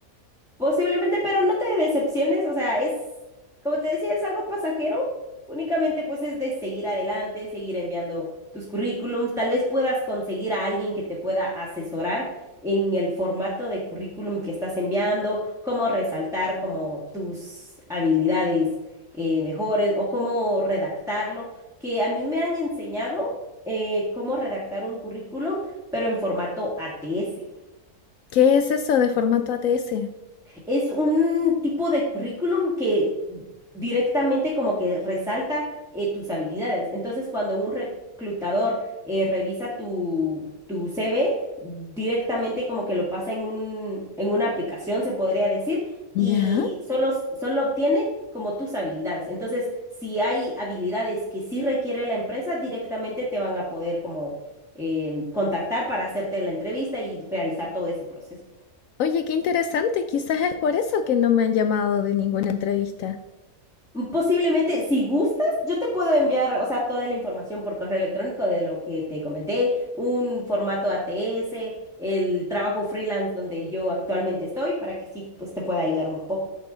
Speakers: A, in the centre; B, on the left.
A: Posiblemente, pero no te decepciones, o sea, es, como te decía, es algo pasajero, únicamente pues es de seguir adelante, seguir enviando tus currículums, tal vez puedas conseguir a alguien que te pueda asesorar en el formato de currículum que estás enviando, cómo resaltar como tus habilidades eh, mejores o cómo redactarlo, que a mí me han enseñado eh, cómo redactar un currículum, pero en formato ATS.
B: ¿Qué es eso de formato ATS?
A: Es un tipo de currículum que directamente como que resalta eh, tus habilidades. Entonces, cuando un reclutador eh, revisa tu, tu CV, directamente como que lo pasa en un, en una aplicación, se podría decir,
B: ¿Ya?
A: y solo, solo obtiene como tus habilidades. Entonces, si hay habilidades que sí requiere la empresa, directamente te van a poder como em, contactar para hacerte la entrevista y realizar todo ese proceso.
B: Oye, qué interesante, quizás es por eso que no me han llamado de ninguna entrevista.
A: Posiblemente, si gustas, yo te puedo enviar, o sea, toda la información por correo electrónico de lo que te comenté, un formato ATS, el trabajo freelance donde yo actualmente estoy, para que sí, pues te pueda ayudar un poco.